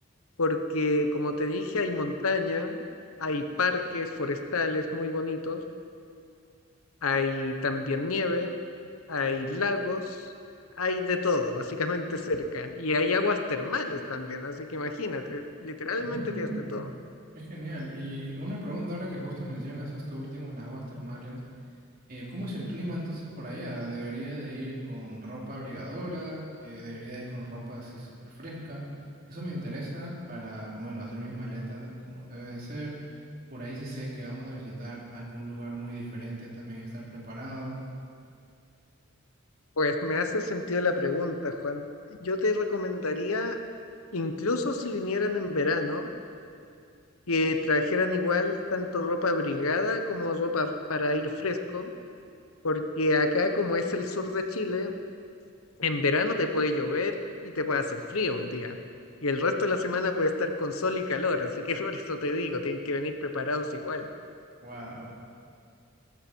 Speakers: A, on the left; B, on the right.
A: porque como te dije, hay montaña, hay parques forestales muy bonitos, hay también nieve, hay lagos, hay de todo, básicamente cerca. Y hay aguas termales también, así que imagínate, literalmente
B: Ah,
A: tienes
B: mira,
A: de todo.
B: qué genial. Y una pregunta ahora que justo mencionas esto último, las aguas termales. Eh, ¿cómo es el clima entonces por allá? ¿Debería de ir con ropa abrigadora? ¿Que debería de ir con ropa así súper fresca? Eso me interesa para, bueno, hacer mis maletas como debe de ser. Por ahí sí sé que vamos a visitar algún lugar muy diferente, también estar preparado.
A: Pues me hace sentido la pregunta, Juan. Yo te recomendaría, incluso si vinieran en verano, que trajeran igual tanto ropa abrigada como ropa para ir fresco, porque acá, como es el sur de Chile, En verano te puede llover y te puede hacer frío un día. Y el resto de la semana puede estar con sol y calor, así que <laughs> por eso te digo, tienen que venir preparados igual.
B: Wow.